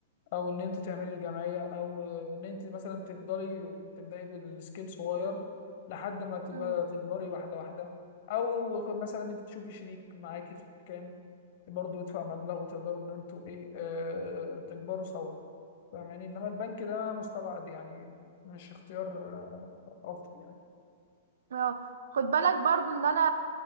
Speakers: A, on the left (about 55°); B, on the right (about 75°).
A: او ان انت تعملي الجمعيه او ان انت مثلا تفضلي تبداي بالسكيل صغير لحد ما تبقى
B: مم.
A: تكبري واحده واحده او مثلا انت تشوفي شريك معاكي في الكلام برضه يدفع مبلغ وتقدروا ان انتوا ايه آه تكبروا سوا فاهماني انما البنك ده مستبعد يعني مش اختيار آه، افضل يعني
B: اه خد بالك برضو ان انا